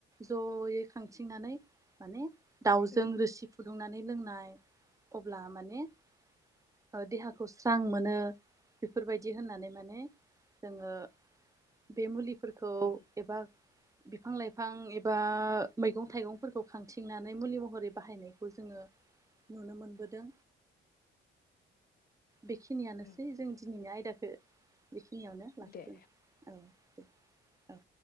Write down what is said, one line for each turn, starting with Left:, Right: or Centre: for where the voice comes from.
Right: जयै खांथिंनानै माने दाउजों
Left: ओं
Right: रोसि फुदुंनानै लोंनाय अब्ला माने ओ देहाखौ स्रां मोनो बेफोरबायदि होननानै माने जोङो बे मुलि फोरखौ
Left: ओं
Right: एबा बिफां लाइफां एबा मैगं थाइगंफोरखौ खांथिंनानै मुलि महरै बाहायनायखौ जोङो नुनो मोनबोदों। बेखिनियानोसै
Left: ओं
Right: जों दिनैनि आयदाखौ बेखिनियावनो लाखिगोन
Left: दे
Right: औ दे औ।